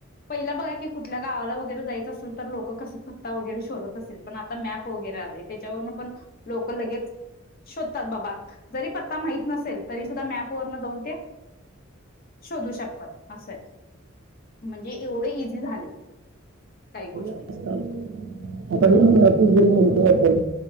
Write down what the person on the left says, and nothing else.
पहिला बघा की कुठल्या गावाला वगैरे जायचं असेल तर लोक कसं पत्ता वगैरे शोधत असेल पण आता मॅप वगैरे आले त्याच्यावरून पण लोक लगेच शोधतात बाबा जरी पत्ता माहत नसेल तरी सुद्धा मॅप वरन जाऊन ते शोधू शकतात असं आहे म्हणजे एवढे इझी झाले काही गोष्टी